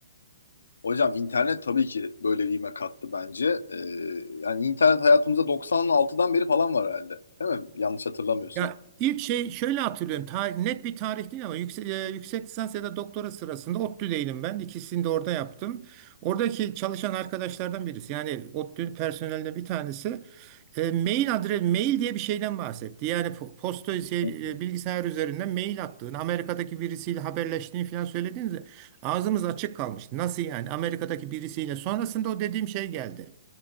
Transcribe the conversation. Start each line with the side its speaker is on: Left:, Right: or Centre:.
Left: Hocam internet tabii ki böyle bir ivme kattı bence. Ee, yani internet hayatımızda doksan altıdan beri falan var herhalde. Değil mi? Yanlış hatırlamıyorsam.
Right: Ya ilk şey şöyle hatırlıyorum. Tarih, net bir tarih değil ama yüksek, e, yüksek lisans ya da doktora sırasında ODTÜ'deydim ben. İkisini de orada yaptım. Oradaki çalışan arkadaşlardan birisi yani ODTÜ personelinden bir tanesi e, mail adres mail diye bir şeyden bahsetti. Yani po- posta şey,
Left: Hı hı.
Right: e, bilgisayar üzerinden mail attığını, Amerika'daki birisiyle haberleştiğini falan söylediğinizde ağzımız açık kalmıştı. Nasıl yani? Amerika'daki birisiyle. Sonrasında o dediğim şey geldi.